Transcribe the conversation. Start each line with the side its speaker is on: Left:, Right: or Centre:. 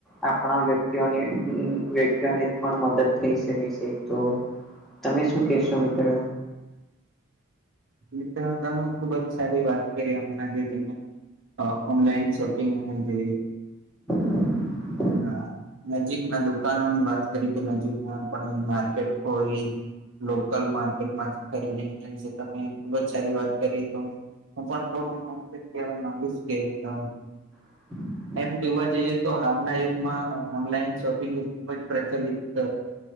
Centre: આપણા વ્યક્તિઓની અ વ્યક્તિઓની પણ મદદ થઈ શકે છે તો તમે શું કેશો મિત્ર?
Right: ઇ તો તમે ખુબ જ સારી વાત કરી હમણાં જે તમે અ ઓનલાઈન શોપિંગ અને જે
Centre: <inaudible>
Right: હા નજીક ના દુકાનોની વાત કરી કે નજીક ના પણ માર્કેટ હોય. લોકલ માર્કેટમાંથી ખરીદી ને વિશે તમે ખુબ જ સારી વાત કરી તો હું પણ સ્વ ને હું એટલૂ જ કેહવા માગીશ કે અ
Centre: <unintelligible>
Right: એમ જોવા જઈએ તો હાલના યુગમાં ઓનલાઈન શોપિંગ ખુબ જ પ્રચલિત ત